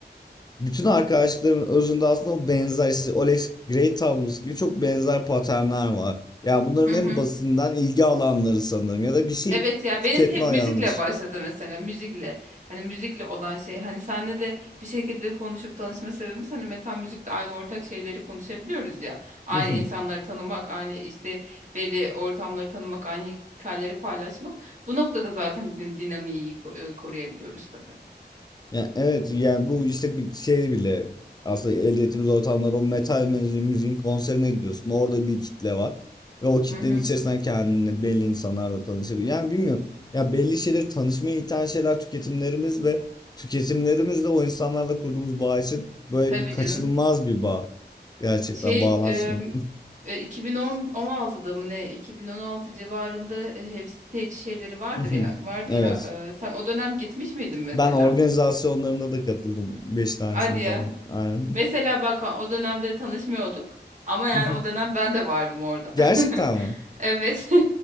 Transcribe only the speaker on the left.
bütün arkadaşlıkların özünde aslında o benzer işte Alex Gray tablosu gibi çok benzer paternler var. Yani bunların
en
basitinden ilgi alanları sanırım ya da bir şey
tüketme
yanlış.
<laughs>
Yani evet yani bu işte bir şey bile aslında elde ettiğimiz ortamlar o metal müzi- müziğin konserine gidiyorsun. Orada bir kitle var. Ve o kitlenin
içerisinden kendini belli insanlarla tanışabilir. Yani bilmiyorum. Ya belli şeyler tanışmaya iten şeyler tüketimlerimiz ve tüketimlerimizle o insanlarla kurduğumuz bağ için böyle
bir kaçınılmaz
bir bağ. Gerçekten
bağlantısını.
<laughs>
Evet.
Ben organizasyonlarında da katıldım. Beş tanesini
falan. Aynen.
<laughs>
Gerçekten
mi?